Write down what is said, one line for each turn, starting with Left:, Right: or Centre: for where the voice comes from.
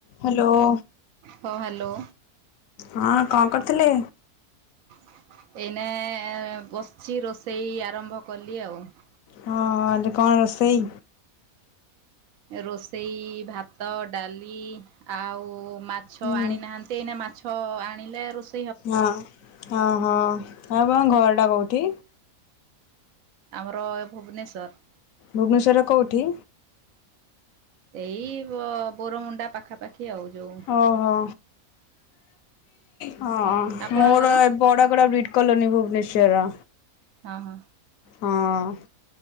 Left: Hello.
Right: ହଁ, hello.
Left: ହଁ, କଣ କରିଥିଲେ?
Right: <unintelligible>
Left: ହଁ, ହଁ, କଣ ରୋଷେଇ?
Right: ରୋଷେଇ ଭାତ ଡାଲି ଆଉ ମାଛ
Left: ହୁଁ।
Right: ଆଣିନାହା ନ୍ତି ଏଇନା ମାଛ ଆଣିଲେ ରୋଷେ
Left: ହଁ ହଁ ହ ଆଉ ତମ ଘରଟା କୋଉଠି?
Right: ଆମର ଭୁବନେଶ୍ୱର।
Left: ଭୁବନେଶ୍ୱର କୋଉଠି?
Right: ଏଇ ବ ବୋରମୁଣ୍ଡା ପାଖାପାଖି ଆଉ ଯୋଉ
Left: ଓହୋ ହଁ
Right: ଆପଣଙ୍କର
Left: ମୋର ଏ ବଡଗଡ ବ୍ରିଡ୍ କଲୋନୀ ଭୁବନେଶ୍ଵର
Right: ହଁ ହଁ
Left: ହଁ